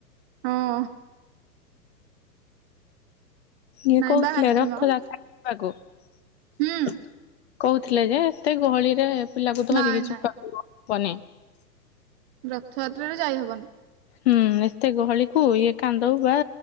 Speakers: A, on the right; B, on the left.
A: ହଁ।
B: ଇଏ
A: ନାଇଁ
B: କହୁଥିଲେ
A: ବାହାରିଛୁ
B: ରଥଯାତ୍ରକୁ
A: ମ
B: ଯିବାକୁ।
A: ହୁଁ
B: କହୁଥିଲେ ଯେ ଏତେ ଗହଳିରେ ପିଲାକୁ ଧରିକି
A: ନାଇଁ ନାଇଁ
B: ଯିବାକୁ ହ ବନି।
A: ରଥଯାତ୍ରାରେ ଯାଇହବନି।
B: ହୁଁ ଏତେ ଗହଳିକୁୁ ଇଏ କାନ୍ଦ ବା